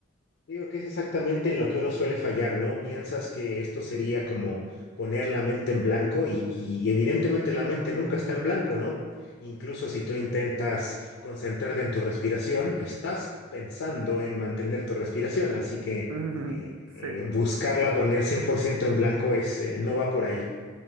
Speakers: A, on the left (about 55°); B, on the right (about 85°).
A: Digo que es exactamente en lo que uno suele fallar, ¿no? Piensas que esto sería como poner la mente en blanco y, y- y evidentemente la mente nunca está en blanco, ¿no? Incluso si tú intentas concentrarte en tu respiración, estás pensando en mantener tu respiración, así que
B: Ujú.
A: eh,
B: <laughs>
A: eh,
B: Sí.
A: buscarla poner 100% en blanco es, eh, no va por ahí.